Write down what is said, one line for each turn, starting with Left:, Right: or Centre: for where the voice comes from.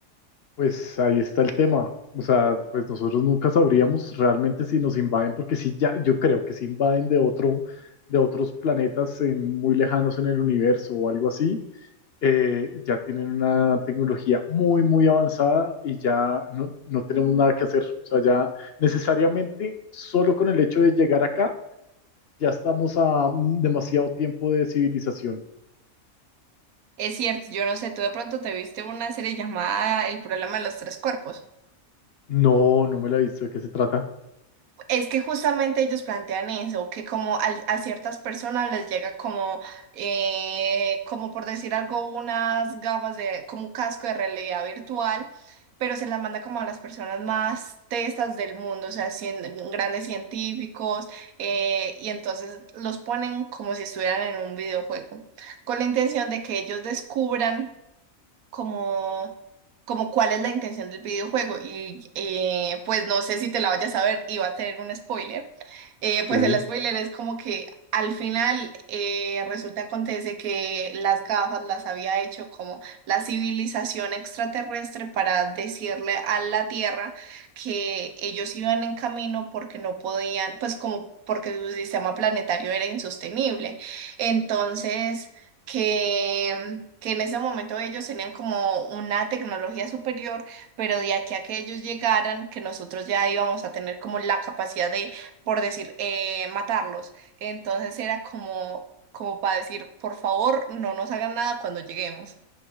Left: pues ahí está el tema. O sea, pues nosotros nunca sabríamos realmente si nos invaden, porque si ya, yo creo que si invaden de otro, de otros planetas en- muy lejanos en el universo o algo así, eh, ya tienen una tecnología muy, muy avanzada y ya no, no tenemos nada que hacer. O sea, ya necesariamente solo con el hecho de llegar acá Ya estamos a mm, demasiado tiempo de civilización.
Right: Es cierto, yo no sé, tú de pronto te viste una serie llamada El problema de los tres cuerpos.
Left: No, no me la he visto. ¿De qué se trata?
Right: Es que justamente ellos plantean eso, que como al- a, ciertas personas les llega como, eh, como por decir algo, unas gafas de, como un casco de realidad virtual, pero se las manda como a las personas más testas del mundo, o sea, cien- grandes científicos, eh, y entonces los ponen como si estuvieran en un videojuego, con la intención de que ellos descubran como, como cuál es la intención del videojuego. Y eh, pues no sé si te la vayas a ver y va a tener un spoiler. Eh, pues
Left: Eh,
Right: el spoiler es como que al final eh, resulta acontece que las gafas las había hecho como la civilización extraterrestre para decirle a la Tierra que ellos iban en camino porque no podían, pues como porque su sistema planetario era insostenible. Entonces que, que en ese momento ellos tenían como una tecnología superior, pero de aquí a que ellos llegaran, que nosotros ya íbamos a tener como la capacidad de, por decir, eh, matarlos. Entonces era como, como para decir, por favor, no nos hagan nada cuando lleguemos.